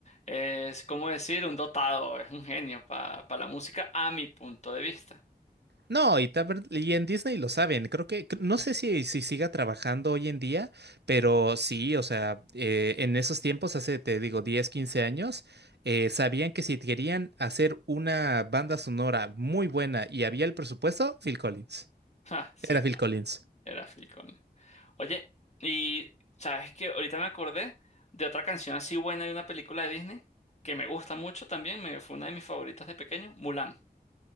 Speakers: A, on the left (about 40°); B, on the right (about 85°).
A: es, ¿cómo decir? Un dotado, es un genio para la música, a mi punto de vista.
B: No, y, taber- y en Disney lo saben. Creo que, cr- no sé si, si siga trabajando hoy en día, pero sí, o sea, eh, en esos tiempos, hace, te digo, 10 15 años, eh, sabían que si querían hacer una banda sonora muy buena y había el presupuesto, Phil Collins.
A: <laughs> Ja, sí,
B: Era
A: claro,
B: Phil Collins.
A: era Phil Collins. Oye, y sabes que ahorita me acordé de otra canción así buena de una película de Disney que me gusta mucho también, me, fue una de mis favoritas de pequeño, Mulan.